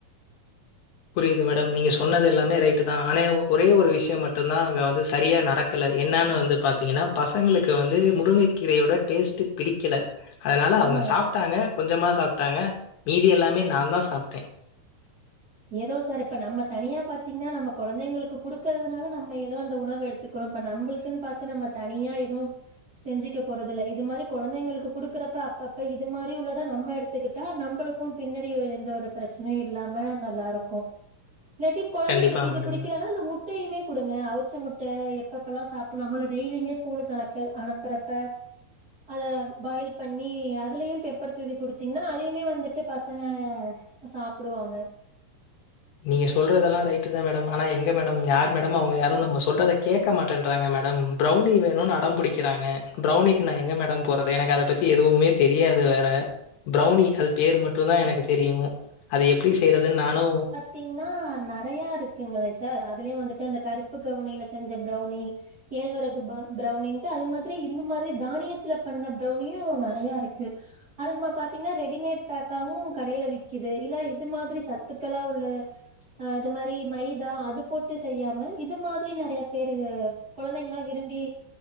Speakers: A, on the left; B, on the right.
A: புரியிது மேடம் நீங்க சொன்னது எல்லாமே ரைட்டு தா ஆனா ஒரே ஒரு விஷ்யொ மட்டுந்தா அங்க வந்து சரியா நடக்கல என்னான்னு வந்து பாத்தீங்கனா பசங்களுக்கு வந்து முருங்க கீரயோட டேஸ்ட்டு பிடிக்கல அதுனால அவுங்க
B: ஆ
A: சாப்டாங்க கொஞ்சமா சாப் டாங்க மீதி எல்லாமே நாந்தா சாப்டே
B: எதோ சார் இப்ப நம்ம தனியா பாத்தீங்னா நம்ம கொழந்தைங்களுக்கு குடுக்கறதுனால நம்ம எதோ அந்த உணவு எடுத்துக்கிறோ இப்ப நம்பளுக்குன் பாத்து நம்ம தனியா எதுவு செஞ்சுக்க போறதுல்ல இது மாரி கொழந்தைங்களுக்கு குடுக்குறப்ப அப்பப்ப இது மாரி உள்ளதா நம்ம எடுத்துக்கிட்டா நம்பளுக்கு பின்னாடி எந்த ஒரு பிரச்சனையு இல்லாம நல்லாருக்கு இல்லாட்டி கொழந்தைங்கள்க்கு
A: கண்டிப்பா
B: இது
A: மேடம்.
B: பிடிக்கலனா அந்த முட்டையுமே குடுங்க அவு ச்ச முட்ட எப்பப்பல்லா சாப்புல்லாமொ இல்ல டெய்லியுமே ஸ்கூலுக்கு அனுக்க அனுப்புறப்ப அத பாயில் பண்ணி அதுலயு பெப்பர் தூவி குடுத்தீங்னா அதையுமே வந்துட்டு பசங்க சாப்புடுவாங்க
A: நீங்க சொல்றதெல்லா ரைட்டு தா மேடம் ஆனா எங்க மேடம் யார் மேடம் அவுங்க யாரு நம்ம சொல்றத கேக்க மாட்டென்றாங்க மேடம் பிரௌனி வேணுன் அடம் புடிக்கிறாங்க பிரௌனிக்கு நா எங்க மேடம் போறது எனக்கு அத பத்தி எதுவுமே தெரியாது வேற பிரௌனி அது பேரு மட்டு தா எனக்கு தெரியு அது எப்டி செய்யறதுன் நானு
B: தீங்னா நறைய இருக்குங்களே சார் அதுலயே வந்துட்டு அந்த கருப்பு கவுனியில செஞ்ச பிரௌனி கேழ்வரகு ப பிரௌனின்ட்டு அது மாதிரி இந்த மாரி தானியத்துல பண்ண பிரௌனியு நறையா இருக்கு அது ம பாத்தீங்னா ரெடிமேட் பேக்காவு கடைல விக் கிது இல்ல இது மாதிரி சத்துக்களா உள்ள அது மாரி மைதா அது போட்டு செய்யாம இது மாதிரி நெறைய பேர் இது கொழந்தைங்களா விரும்பி